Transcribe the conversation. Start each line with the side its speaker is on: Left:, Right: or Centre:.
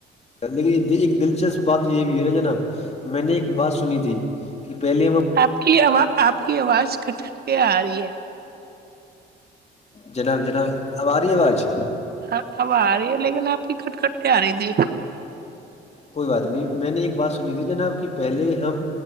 Left: لیکن ایک دلچسپ بات یہ ہے نا جناب میں نے ایک بات سنی تھی کہ پہلے
Right: آپ کیواز آپ کی آواز کٹٹ کے آ رہی ہے
Left: جنا جنا آواری آواز
Right: ہاں اب آ رہی ہے لیکن آپ کی کٹ کٹ کے آ رہی تھی
Left: کوئی بات نہیں میں نے ایک بات سنی تھی جناب کہ پہلے ہم